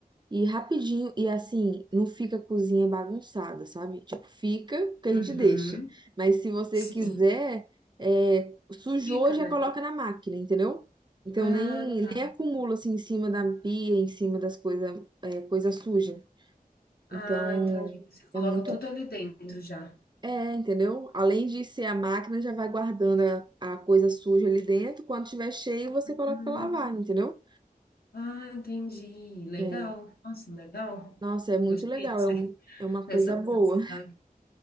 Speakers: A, on the right; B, on the left.
A: E rapidinho, e assim, não fica a cozinha bagunçada, sabe? Tipo, fica que a
B: uhum.
A: gente deixa. Mas se você
B: Sim.
A: quiser, é, sujou,
B: Fica,
A: já
B: né?
A: coloca na máquina, entendeu? Então
B: Ah,
A: nem,
B: tá.
A: nem acumula assim em cima da pia, em cima das coisas, é, coisa suja.
B: Ah,
A: Então
B: entendi. Você
A: é
B: coloca
A: muito.
B: tudo ali dentro já.
A: É, entendeu? Além de ser a máquina, já vai guardando a, a coisa suja ali dentro. Quando tiver cheio, você
B: Hum,
A: coloca pra lavar, entendeu?
B: ah, entendi. Legal.
A: É.
B: Nossa, legal.
A: Nossa, é muito
B: Gostei
A: legal.
B: disso
A: É, um,
B: aí,
A: é uma
B: dessa
A: coisa boa.
B: praticidade.